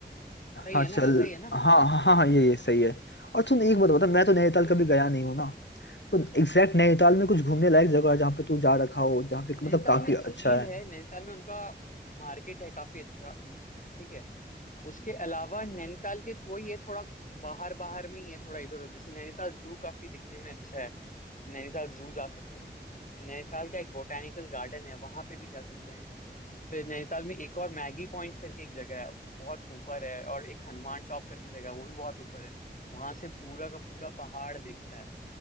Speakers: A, on the left; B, on the left.
A: सही
B: हाँ
A: है
B: चल
A: ना ऐसा ही है ना
B: हाँ हाँ हाँ हाँ, ये ये सही है और सुन एक बात बता मैं तो नैनीताल
A: तो
B: कभी गया नहीं हूँ ना तो एग्जैक्ट नैनीताल में कुछ घूमने लायक जगह है जहाँ पे तू जा रखा हो जहाँ पे
A: नैनीताल
B: मतलब काफी
A: में झील
B: अच्छा है
A: है नैनीताल में उनका मार्केट है काफी अच्छा ठीक है उसके अलावा नैनीताल के तो ये थोड़ा बाहर बाहर में ही है थोड़ा इधर उधर जैसे नैनीताल जू काफी दिखने में अच्छा है नैनीताल जू जा सकते हैं नैनीताल का एक बोटेनिकल गार्डन है वहां पे भी जा सकते हैं फिर नैनीताल में एक और मैगी पॉइंट करके एक जगह है बहुत ऊपर है और एक हनुमान टॉप करके जगह है वो भी बहुत ऊपर है वहां से पूरा का पूरा पहाड़ दिखता है